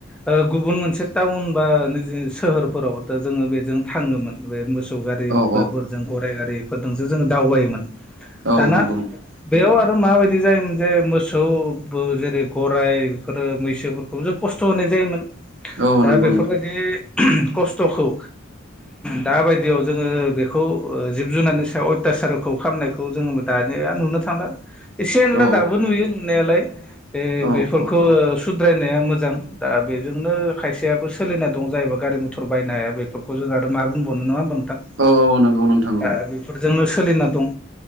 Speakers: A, in the centre; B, on the right.
A: ओ गुबुन मोनसे टाउन बा निजि सोहोरफोराव जोङो बेजों थाङोमोन बे मोसौ गारिफोरजों
B: औ
A: गराइ गारि फोरदोंसो जोङो दावबायोमोन
B: औ
A: दाना
B: नंगौ नोंथां
A: बेयाव माबायदि जायोमोन जे मोसौ बो जेरै गराइफोर मैसोफोरखौ जों खस्थ' होनाय जायोमोन
B: औ
A: दा
B: नंगौ
A: बेफोरबायदि
B: नोंथां
A: खस्थ'खौ दा बायदियाव जोङो बेखौ जिब जुनारनि सायाव अयथासारखौ खालामनायखौ जोङो दा निया नुनो थांला एसे एनला
B: औ
A: दाबो नुयो नुनायालाय ओ
B: औ
A: बेफोरखौ
B: औ
A: सुद्रायनाया मोजां दा बेजोंनो खायसेयाबो सोलिना दं जायबा गारि मटर बायनो हाया बेफोरखौ जों मा बुंबावनो नङा होनबा नोंथां
B: औ नंगौ नोंथां
A: दा बेफोरजोंनो सोलिना दं